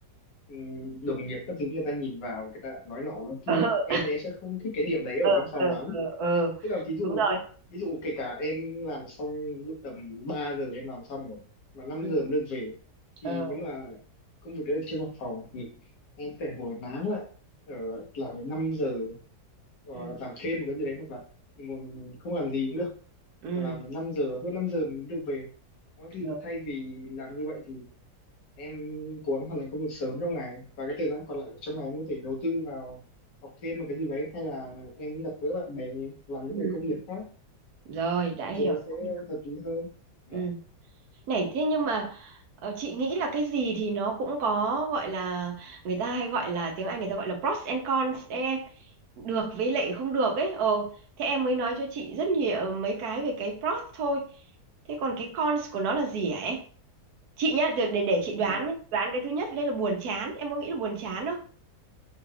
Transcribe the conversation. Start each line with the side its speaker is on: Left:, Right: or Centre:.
Left: ừm, đồng nghiệp các thứ người ta nhìn vào người ta nói nọ nói kia
Right: <laughs>
Left: em thì em sẽ không thích cái điểm đấy ở
Right: Ờ,
Left: văn
Right: ờ,
Left: phòng lắm
Right: ờ, ờ, ờ.
Left: tức là ví dụ
Right: Đúng rồi.
Left: ví dụ kể cả em làm xong ví dụ tầm 3 giờ em làm xong rồi mà năm
Right: Ừ.
Left: giờ mới được về thì
Right: Ờ.
Left: nếu mà công việc ở trên văn phòng thì em phải ngồi nán lại ở làm đến 5 giờ ờ,
Right: Ừ.
Left: làm thêm một cái gì đấy hoặc là mình ngồi mình không làm gì cũng được
Right: Ừ.
Left: và làm 5 giờ hơn 5 giờ mình mới được về đó thì
Right: rồi
Left: thay vì làm như vậy thì em cố gắng hoàn thành công việc sớm trong ngày và cái thời gian còn lại của trong ngày em có thể đầu tư vào học thêm một cái gì đấy hay là em gặp gỡ bạn bè làm những
Right: ừ.
Left: cái công việc khác
Right: rồi đã
Left: em
Right: hiểu
Left: thấy nó sẽ
Right: đã hiểu
Left: hợp lý hơn Vâng.
Right: ừ. này thế nhưng mà ờ, chị nghĩ là cái gì thì nó cũng có gọi là người ta hay gọi là tiếng Anh người ta gọi là pros and cons đấy em được với lại không được ấy ờ thế em mới nói cho chị rất nhiều mấy cái về cái pros thôi thế còn cái cons của nó là gì hả em chị nhá để, để để chị đoán
Left: Ừ,
Right: ấy. đoán cái thứ nhất đây là buồn chán em có nghĩ là buồn chán không